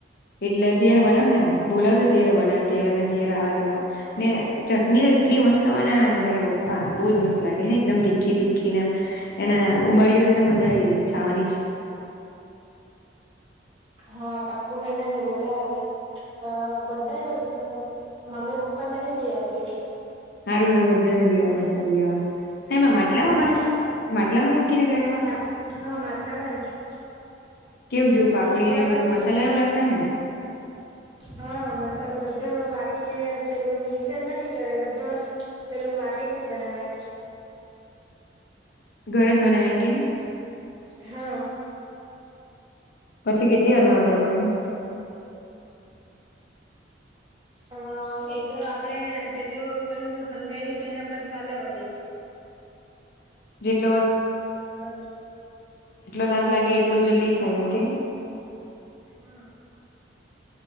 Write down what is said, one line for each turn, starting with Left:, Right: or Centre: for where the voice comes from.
Left: એટલે ત્યારે બનાવ હે ને બોલાવજો ત્યારે બનાવે ત્યારે મે ત્યારે આવા જમવા ને ચટની એટલી મસ્ત બનાવે ને તારા પપ્પા બો જ મસ્ત લાગે હે એકદમ તીખી તીખીને એમ એના ઉ બાડીયુ હાથે તો મજા આવી જાય ખાવાની જ
Right: હ પાકું મે તને બોલાવાને અ બધા જઉજો ત મમ્મી પપ્પા ને બી લઇ આવજે
Left: સારું સારું બધાને લ આ બધાને લવા હ એમાં માટલામાં
Right: હા
Left: બનાવે માટલામાં મૂકીને કરે
Right: હા મા હા માટલામાં જ
Left: કેવ જોવું પાપડી
Right: કુકર
Left: ને
Right: વાળું
Left: બધું
Right: તો
Left: મસાલા એવું લાગતા હૈ ને
Right: હા મસાલા બધા વા વાટીને પેલું મિક્ચર માં નહ કરે બધા પેલો વાટીને જ બનાવે
Left: ઘરે જ બનાવેંગે નહી
Right: હા
Left: પછી કેટલી વાર રહવા દેવા પડે ને
Right: અ એ તો આપડે જેટલું પેલ હલગાવી તેના પર ચાલેવાળી
Left: જેટલો
Right: <unintelligible>
Left: <unintelligible> લાગે એટલું જલ્દી થાય એમ કે નહી
Right: હમ્મ